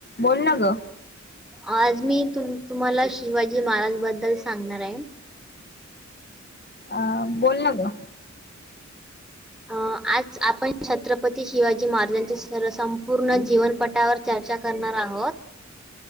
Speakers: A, on the left; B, in the centre.
A: बोल ना ग
B: आज मी तु तुम्हाला शिवाजी महाराज बद्दल सांगणार आहे
A: अ बोल ना ग
B: अ आज आपण छत्रपती शिवाजी महाराजांच्या स संपूर्ण जीवनपटावर चर्चा करणार आहोत